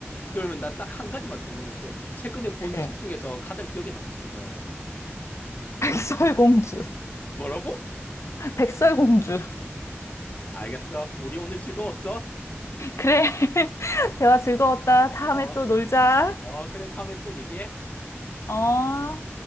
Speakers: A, on the left (about 40°); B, on the left (about 80°).
A: 그러면 나 딱 한 가지만 더 물어볼게. 최근에 본
B: 그래.
A: 책 중에서 가장 기억에 남는 책이 뭐야?
B: <laughs> 백설공주.
A: 뭐라고?
B: 백설공주.
A: 알겠어. 우리 오늘 즐거웠어?
B: 그래. <laughs> 대화 즐거웠다. 다음에
A: 어,
B: 또 놀자.
A: 어, 그래. 다음에 또 얘기해.
B: 어.